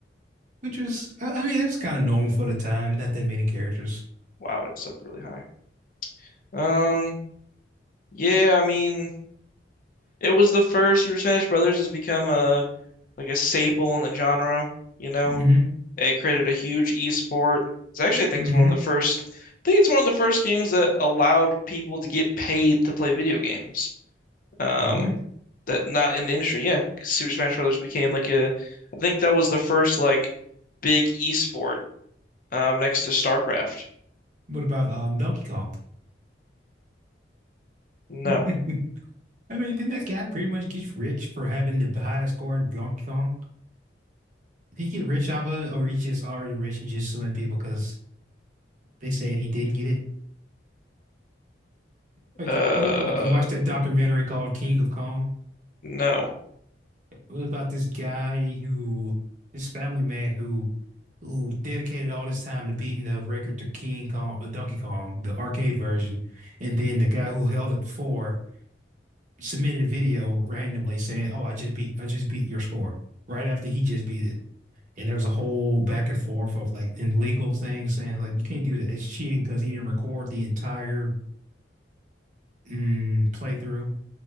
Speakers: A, on the right; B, on the left.
A: which was I, I mean that's kind of normal for the time. Not that many characters.
B: Wow, it's up really high. Um, yeah, I mean, it was the first Super Smash Brothers has become a like a staple in the genre, you know.
A: hmm
B: It created a huge esport. It's actually, I think,
A: hmm
B: is one of the first. I think it's one of the first games that allowed people to get paid to play video games. um
A: Really?
B: that not in the industry. Yeah, 'cause Super Smash Brothers became like a I think that was the first like big esport um next to StarCraft.
A: What about um Donkey Kong? <laughs>
B: No.
A: I mean, didn't that guy pretty much get rich for having the highest score in Donkey Kong? Did he get rich off of it, or he just already rich and just suing people because they said he didn't get it? Like
B: Uh
A: you have wa- you watched that documentary called King of Kong?
B: no.
A: It was about this guy who, this family man who, who dedicated all this time to beating the record to King Kong, the Donkey Kong, the arcade version, and then the guy who held it before submitted a video randomly saying, "Oh, I just beat, I just beat your score," right after he just beat it. And there was a whole back and forth of like in legal things saying like you can't do that. It's cheating because he didn't record the entire mm, playthrough.